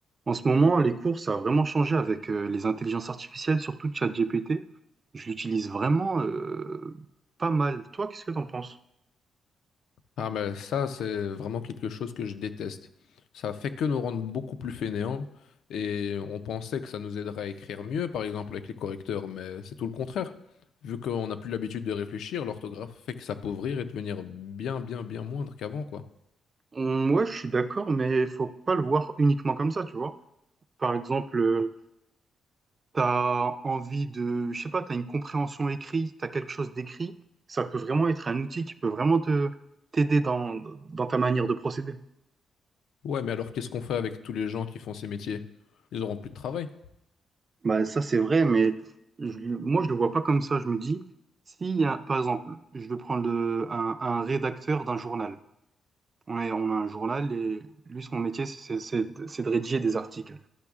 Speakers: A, on the right; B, on the left.
A: En ce moment, les cours, ça a vraiment changé avec euh, les intelligences artificielles, surtout ChatGPT. Je l'utilise vraiment euh, pas mal. Toi, qu'est-ce que t'en penses?
B: Ah mais ça, c'est vraiment quelque chose que je déteste. Ça fait que nous rendre beaucoup plus fainéants et on pensait que ça nous aiderait à écrire mieux, par exemple avec les correcteurs, mais c'est tout le contraire. Vu qu'on n'a plus l'habitude de réfléchir, l'orthographe fait que s'appauvrir et devenir bien, bien, bien moindre qu'avant, quoi.
A: On- ouais, je suis d'accord, mais faut pas le voir uniquement comme ça, tu vois. Par exemple, euh, t'as envie de, je sais pas, t'as une compréhension écrite, t'as quelque chose d'écrit. Ça peut vraiment être un outil qui peut vraiment te t'aider dans, dans ta manière de procéder.
B: Ouais, mais alors qu'est-ce qu'on fait avec tous les gens qui font ces métiers? Ils auront plus de travail.
A: Bah, ça, c'est vrai, mais je- moi, je le vois pas comme ça. Je me dis, s'il y a, par exemple, je vais prendre le- un, un rédacteur d'un journal. On a, on a un journal et lui, son métier, c'est c'est- c'est de rédiger des articles.